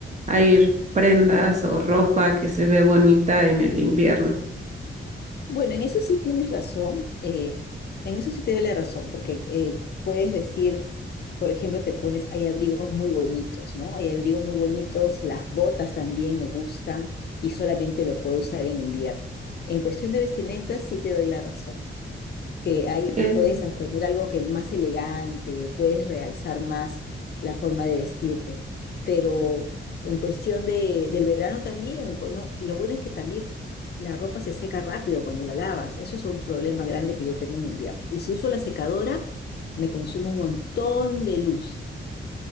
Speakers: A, on the right (about 35°); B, on the left (about 50°).
A: hay prendas o ropa que se ve bonita en el invierno.
B: Bueno, en eso sí tienes razón, eh, en eso sí te doy la razón, porque eh, puedes vestir, por ejemplo, te pones, hay abrigos muy bonitos, ¿no? Hay abrigos muy bonitos, las botas también me gustan y solamente lo puedo usar en invierno. En cuestión de vestimentas sí te doy la razón. que ahí
A: Sí,
B: te puedes poner algo que más elegante, puedes realzar más la forma de vestirte. Pero en cuestión de, del verano también, pues no, lo bueno es que también la ropa se seca rápido cuando la lavas. Eso es un problema grande que yo tengo en invierno. Y si uso la secadora, me consume un montón de luz.